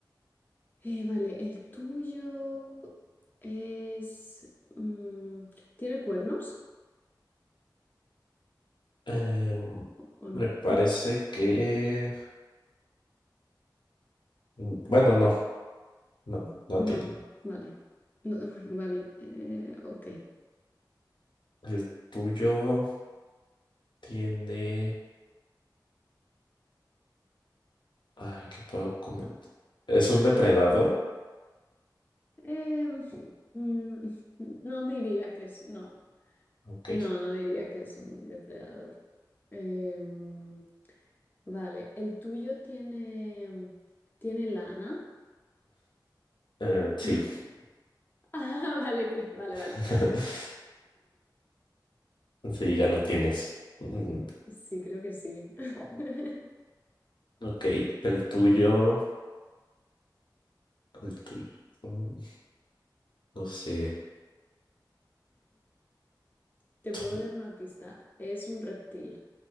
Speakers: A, on the left; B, on the left.
A: eh, vale, el tuyo es... mm, ¿tiene cuernos?
B: Em,
A: ¿O, o no?
B: me parece que... mm, Bueno, no, no, no
A: No,
B: tiene.
A: vale. No, <laughs> vale, eh, ok.
B: El tuyo tiene... Ay, ¿qué puedo comentar? ¿Es un depredador?
A: Em, mm, no diría que es, no,
B: Ok.
A: no, no diría que es un depredador. Em, vale, ¿el tuyo tiene, tiene lana?
B: eh, sí,
A: <laughs> Ah, vale, cre- vale,
B: <laughs>
A: vale. <laughs>
B: sí, ya lo tienes. Mm,
A: Sí, creo que sí. <laughs>
B: ok, el tuyo... El tuyo. mm, no sé.
A: Te puedo
B: son-
A: dar una pista. Es un reptil.